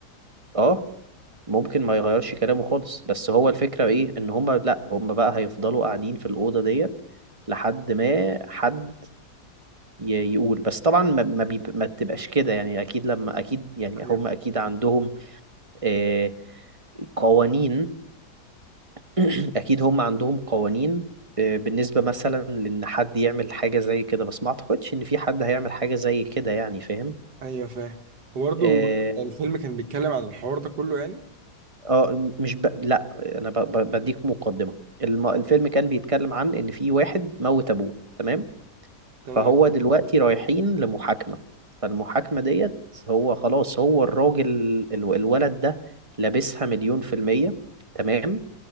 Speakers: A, on the right (about 25°); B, on the right (about 75°).
A: اه ممكن ما يغيرش كلامه خالص بس هو الفكرة ايه ان هما لا هما بقى هيفضلوا قاعدين في الأوضة ديت لحد ما حد ي- يقول بس طبعا ما ما, بيب... ما بتبقاش كده يعني اكيد لما اكيد يعني
B: ايوه
A: هم اكيد عندهم آه، قوانين <clears throat> اكيد هم عندهم قوانين آه، بالنسبة مثلا لان حد يعمل حاجة زي كده بس ما اعتقدش ان في حد هيعمل حاجة زي كده يعني فاهم
B: ايوه فاهم وبرضه
A: اه
B: الفيلم كان بيتكلم عن الحوار ده كله يعني
A: آه، مش ب... لا انا ب... ب... بديك مقدمة الم... الفيلم كان بيتكلم عن ان في واحد موت ابوه تمام
B: تمام
A: فهو دلوقتي رايحين لمحاكمة فالمحاكمة ديت هو خلاص هو الراجل ال- الولد ده لابسها مليون في المية تمام